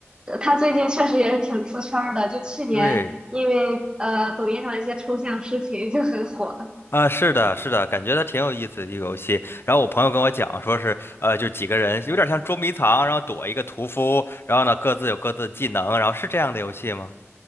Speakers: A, on the right; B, on the left.
A: 他最近确实也是挺出圈儿的，就去年因为呃抖音上一些抽象视频就很火。
B: 对，啊，是的，是的，感觉它挺有意思的一个游戏。然后我朋友跟我讲，说是，呃，就几个人有点像捉迷藏，然后躲一个屠夫，然后呢各自有各自的技能，然后是这样的游戏吗？